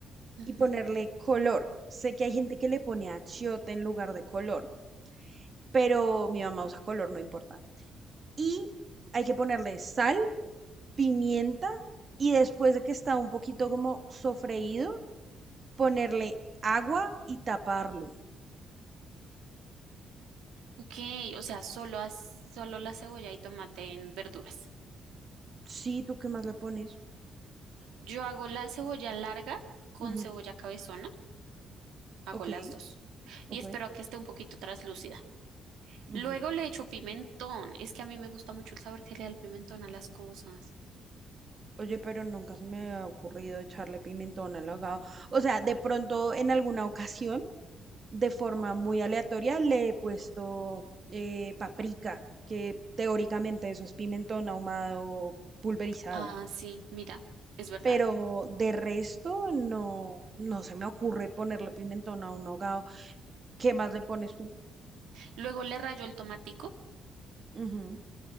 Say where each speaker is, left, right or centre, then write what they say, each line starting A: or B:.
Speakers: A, on the right (about 85°); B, on the right (about 40°).
A: Ujú.
B: y ponerle color. Sé que hay gente que le pone achiote en lugar de color, pero mi mamá usa color, no importa. Y hay que ponerle sal, pimienta y después de que está un poquito como sofreído, ponerle agua y taparlo.
A: Ok, o sea, solo, haz- solo la cebolla y tomate en verduras.
B: Sí, ¿tú qué más le pones?
A: Yo hago la cebolla larga con
B: Ujú,
A: cebolla cabezona, hago
B: Ok,
A: las dos
B: ok.
A: y espero a que esté un poquito traslúcida.
B: ujú.
A: Luego le echo pimentón, es que a mí me gusta mucho el sabor que le da el pimentón a las cosas.
B: Oye, pero nunca se me ha ocurrido echarle pimentón al ahogado. O sea, de pronto en alguna ocasión, de forma muy aleatoria, le he puesto eh, paprika, que teóricamente eso es pimentón ahumado pulverizado.
A: Ah, sí, mira, es verdad.
B: Pero de resto, no, no se me ocurre ponerle pimentón a un ahogado. ¿Qué más le pones tú?
A: Luego le rayo el tomatico
B: Ujú.